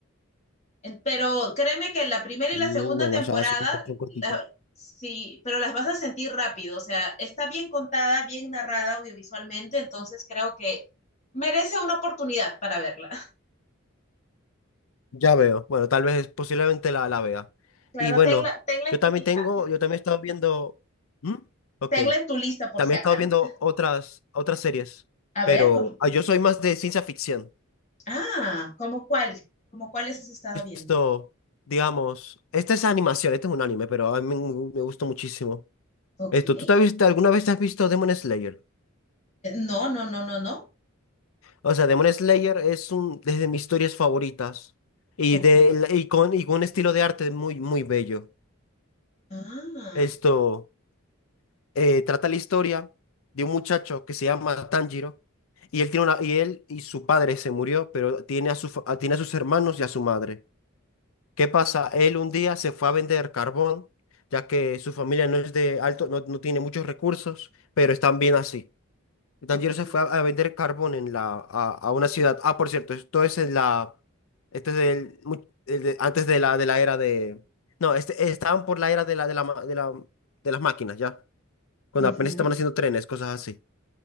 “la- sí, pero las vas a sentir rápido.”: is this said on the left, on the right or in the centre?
Left